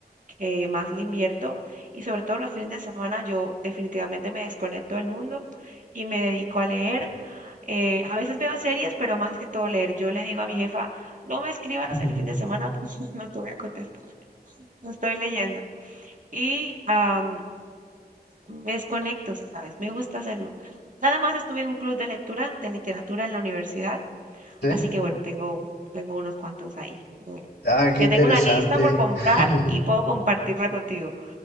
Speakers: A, on the right (about 50°); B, on the left (about 75°).
A: que más le invierto y sobre todo los fines de semana yo definitivamente me desconecto del mundo y me dedico a leer eh, a veces veo series, pero más que todo leer. Yo le digo a mi jefa, no me escribas
B: <laughs>
A: el fin de semana porque <laughs> no te voy a contestar. no Estoy leyendo. Y am, me desconecto, ¿sabes? Me gusta hacerlo. Nada más estuve en un club de lectura, de literatura en la universidad,
B: ¿Sí?
A: así que bueno, tengo, tengo unos cuantos ahí. eh,
B: Ah, qué
A: que
B: interesante.
A: tengo una lista por comprar
B: <laughs>
A: y puedo compartirla contigo.